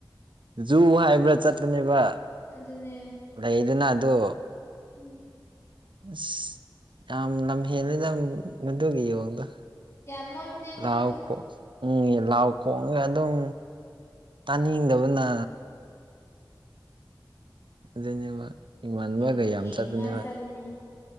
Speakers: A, on the right; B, on the left.
A: ꯖꯨ ꯍꯥꯏꯕ꯭ꯔꯥ ꯆꯠꯄꯅꯦꯕ
B: ꯑꯗꯨꯅꯦ
A: ꯂꯩꯗꯅ ꯑꯗꯣ
B: ꯎꯝ
A: ꯑꯁ ꯌꯥꯝ ꯂꯝꯍꯦꯜꯂꯤꯦꯅ ꯃꯗꯨꯒꯤ ꯌꯣꯡꯗꯣ
B: ꯌꯥꯝ ꯃꯣꯠꯄꯅꯦ ꯑꯗꯨꯁꯨ
A: ꯂꯥꯎꯣꯡ ꯎꯝ ꯂꯥꯎ ꯈꯣꯡꯉꯒ ꯑꯗꯨꯝ ꯇꯥꯅꯤꯡꯗꯕꯅ ꯑꯗꯨꯅꯦꯕ ꯏꯃꯥꯟꯅꯕꯒ
B: ꯌꯣꯡ
A: ꯌꯥꯝ
B: ꯌꯦꯡꯅꯤꯡꯉꯥꯏ
A: ꯆꯠꯄꯅꯦꯕ
B: ꯆꯠꯂꯤꯅꯦ